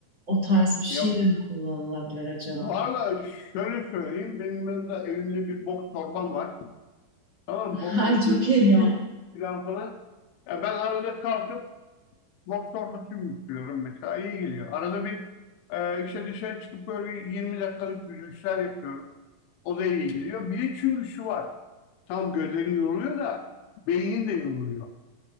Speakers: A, on the right; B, on the left.
A: O tarz bir şey
B: Yap.
A: de mi kullanılabilir acaba?
B: Bu arada şöyle söyleyeyim. Benim yanımda evimde bir boks torbam var. Tamam mı? Boks
A: Ha,
B: eldiveni
A: çok iyi.
B: falan,
A: <laughs>
B: falan falan. Ya ben arada kalkıp Boks torbasıyım istiyorum mesela. iyi geliyor. Arada bir e, işte dışarı çıkıp böyle 20 dakikalık yürüyüşler yapıyorum. O da iyi geliyor. Bir de çünkü şu var. Tam gözlerin yoruluyor da beynin de yoruluyor.